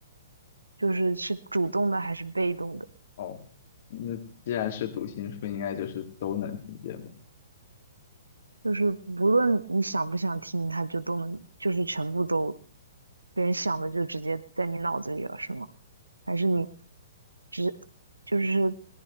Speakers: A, on the right; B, on the left.
A: 就是是主动的还是被动的，
B: 哦，那既然是读心术，应该就是都能听见吧？
A: 就是无论你想不想听，他就都能，就是全部都别人想的就直接在你脑子里了，是吗？还是你只就是